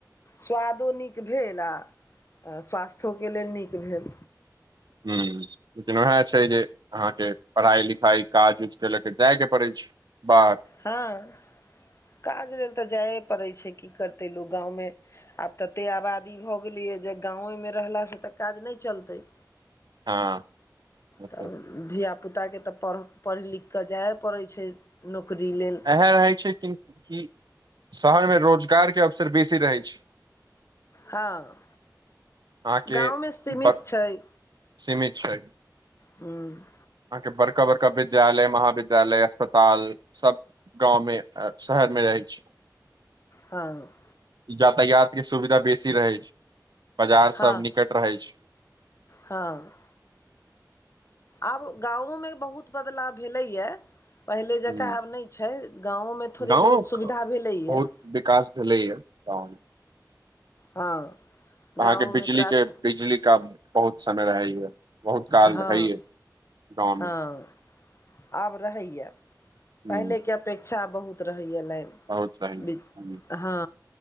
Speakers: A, on the left; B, on the right.
A: स्वादो नीक भेल आ स्वास्थ्योके लेल नीक भेल।
B: हू वएह छै जे अहाँके पढ़ाई लिखाई काज उज के लऽ के जाइ के पड़ै छै बाहर।
A: हँ काज लेल तऽ जाए पड़ै छै की करतै लोक गाँवमे। आब तते आबादी भऽ गेलियै जे गाँएमे रहलासँ त काज नहि चलतै।
B: हँ ओतय।
A: तब धियापुताके तऽ पड़ पढ़ि लिख कऽ जाए पड़ै छै। नौकरी लेले।
B: एहन रहै छै कि कि शहरमे रोजगारके अवसर बेसी रहै छै।
A: हँ
B: अहाँके
A: गाँवमे सीमित
B: ब
A: छै।
B: सीमित छै
A: हूँ।
B: अहाँके बड़का-बड़का विद्यालय महाविद्यालय अस्पताल सब गाँवमे शहरमे अब रहैत छी।
A: हँ
B: यातायात के सुविधा बेसी रहै छै बाजार
A: हँ
B: सब निकट रहै छै।
A: हँ। आब गाँवोमे बहुत बदलाव भेलैए। पहिले जकाँ
B: हुँ
A: आब नै छै गाँउमे थोड़े
B: गाँव
A: बहुत सुविधा
B: क
A: भेलैय।
B: बहुत विकास भेलैए गाउँ मे।
A: हँ।
B: अहाँ
A: गाँवोमे
B: के बिजली
A: प्राथ
B: के बिजली का बहुत समय रहै य। बहुत काल
A: हँ
B: रहैए गाँवमे।
A: हँ आब रहैए पहिलेके
B: ह
A: अपेक्षा बहुत रहैए लाइन।
B: बहुत रहैया
A: मीत हँ